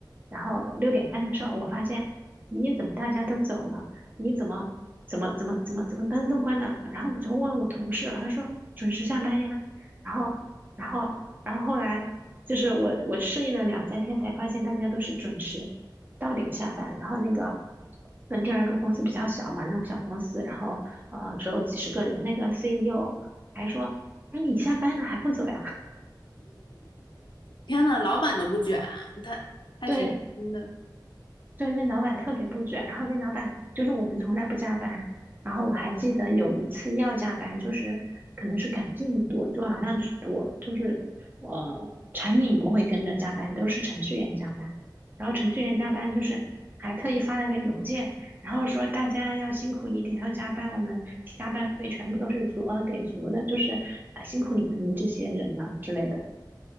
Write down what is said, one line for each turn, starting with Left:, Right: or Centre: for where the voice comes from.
Right: 然后六点半的时候，我发现，咦，怎么大家都走了？你怎么怎么怎么怎么怎么灯都关了？然后我就问我同事，他说准时下班呀。然后，然后，然后后来就是我我适应了两三天，才发现大家都是准时到点下班。然后那个，嗯，第二个公司比较小嘛，那种小公司，然后呃只有几十个人，那个 CEO 还说。哎，你下班了还不走呀？
Left: 天呐，老板都不卷，他。还挺轻的。
Right: <laughs> 对对，那老板特别不准。然后那老板就是我们从来不加班。然后我还记得有一次要加班，就是可能是赶进度，就好像只我就是我产品不会跟着加班，都是程序员加班。然后程序员加班就是还特意发了个邮件，然后说大家要辛苦一点，要加班，我们加班费全部都是足额给足的，就是啊辛苦你们这些人了之类的。